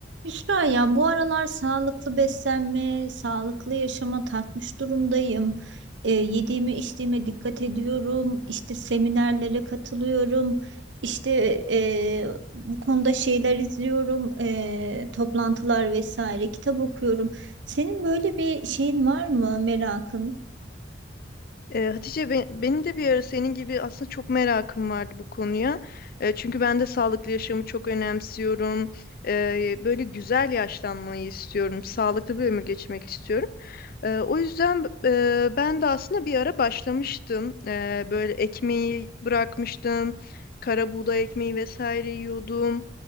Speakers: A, on the right (about 80°); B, on the left (about 55°).
A: Hüsra ya bu aralar sağlıklı beslenme, sağlıklı yaşama takmış durumdayım. Ee, yediğime içtiğime dikkat ediyorum. İşte seminerlere katılıyorum. İşte e, bu konuda şeyler izliyorum. e, toplantılar vesaire. Kitap okuyorum. Senin böyle bir şeyin var mı merakın?
B: Ee, Hatice be- benim de bir ara senin gibi aslında çok merakım vardı bu konuya. Ee, çünkü ben de sağlıklı yaşamı çok önemsiyorum. Ee, böyle güzel yaşlanmayı istiyorum. Sağlıklı bir ömür geçirmek istiyorum. Ee, o yüzden e, ben de aslında bir ara başlamıştım. Ee, böyle ekmeği bırakmıştım. Kara buğday ekmeği vesaire yiyordum.